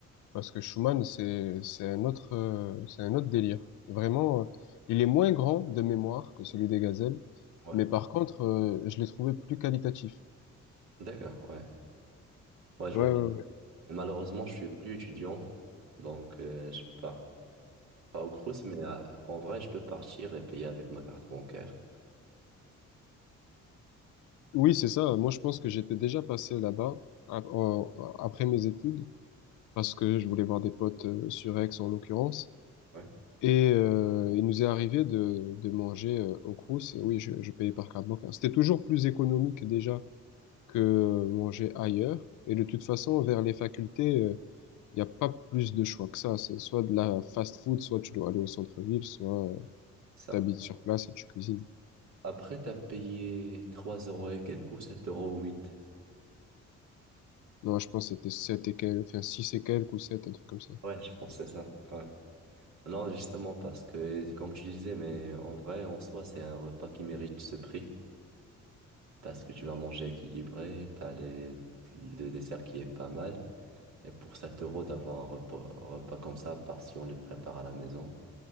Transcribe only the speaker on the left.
Parce que Schumann, c'est, c'est un autre, euh, c'est un autre délire. Vraiment, euh, il est moins grand de mémoire que celui des gazelles,
mais par contre, euh, je l'ai trouvé plus qualitatif.
Ouais,
ouais, ouais.
Oui, c'est ça. Moi, je pense que j'étais déjà passé là-bas a- en- après mes études, parce que je voulais voir des potes euh, sur Aix en l'occurrence.
Et euh, il nous est arrivé de, de manger euh, au Crous, et oui, je, je payais par carte bancaire. C'était toujours plus économique déjà que euh, manger ailleurs. Et de toute façon, vers les facultés. euh, Il n'y a pas plus de choix que ça. C'est soit de la fast food, soit tu dois aller au centre-ville, soit euh,
t'habites sur place et tu cuisines.
Non, je pense que c'était 7 et quelques, enfin 6 et quelques ou 7 un truc comme ça.